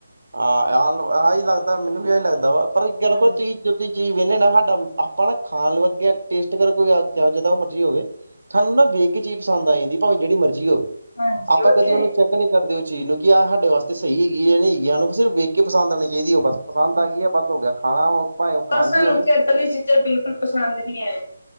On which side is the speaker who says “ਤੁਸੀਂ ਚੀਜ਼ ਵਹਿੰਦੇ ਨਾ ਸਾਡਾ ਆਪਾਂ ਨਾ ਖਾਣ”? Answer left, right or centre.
Right